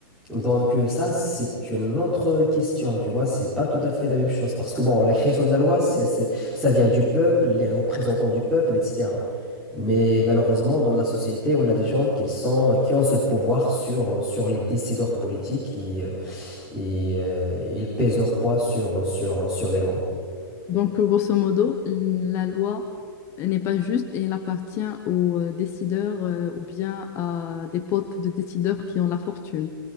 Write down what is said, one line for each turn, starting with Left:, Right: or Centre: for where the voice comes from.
Centre: Donc euh, ça, c'est une autre question, tu vois, c'est pas tout à fait la même chose. Parce que bon, la création de la loi, c'est, c'est- ça vient du peuple, les représentants du peuple, etc. Mais malheureusement, dans la société, on a des gens qui sont, qui ont ce pouvoir sur, sur les décideurs politiques et, euh, et, euh, ils pèsent leur poids sur, sur, sur les lois.
Left: Donc, grosso modo, la loi n'est pas juste et elle appartient aux euh, décideurs euh, ou bien à des potes de décideurs qui ont la fortune.